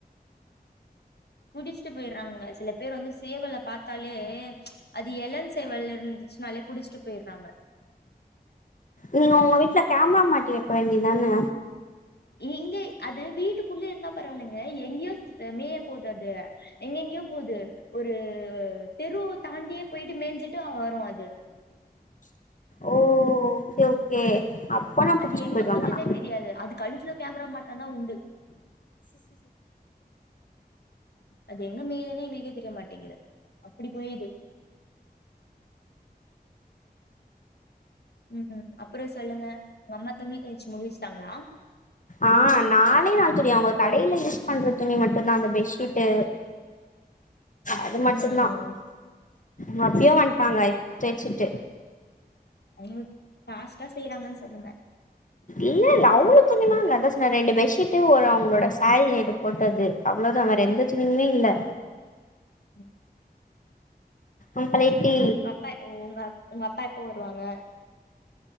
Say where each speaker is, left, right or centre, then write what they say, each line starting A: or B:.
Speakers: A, on the left; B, on the left.
A: புடிஷ்ட்டு போய்ட்றாங்க சில பேர் வந்து சேவல பாத்தாலே அது எளம் சேவல் இருந்துச்சுனாலே புடிச்சிட்டு போய்றாங்க
B: நீங்க உங்க வீட்ல கேமரா மாட்டி வைக்க வேண்டியதான
A: இங்க அது வீட்டுக்குள்ளே இருந்தா பரவாயில்லங்க எங்கயோ அ மேய போது அது எங்கெங்கயோ போது ஒரு தெரு தாண்டியே போயிட்டு மேஞ்சிட்டு வரும் அது
B: ஓ ஓகே ஓகே அப்பனா புடிச்சிட்டு
A: அது எங்க
B: போயிடுவாங்க
A: போதுனோ
B: ஆனா
A: தெரியாது அதுக் கழுத்துல கேமரா மாட்னாதா உண்டு அது எங்க மேயும்னே எனக்கே தெரிய மாட்டிங்குது அப்டி போயுது உம் அப்ரோ சொல்லுங்க உங்க அம்மா துணி தோய்ச்சி முடிஷ்டாங்ளா
B: ஆ நாளே நாள் துணி அவுங்க கடேல யூஸ் பண்ற துணி மட்டும்தா அந்த பெட்ஷீட்டு அது மட்டும்தா
A: ம்
B: மத்யோ வன்டாங்க தேய்ச்சிட்டு
A: என்னுது பாஸ்ட்டா செய்றாங்கன் சொல்லுங்க
B: இல்லல்ல அவ்ளோ துணில்லா இல்ல அதா சொன்ன ரெண்டு பெட்ஷீட்டு ஒரு அவுங்களோட சரீயேடு போட்டது அவ்ளோதா வேற எந்த துணியுமே இல்ல
A: உம்
B: அங்கலேட்டி
A: அப்ரோ உங்க அப்பக் ஓங்க உங்க அப்பா எப்போ வருவாங்க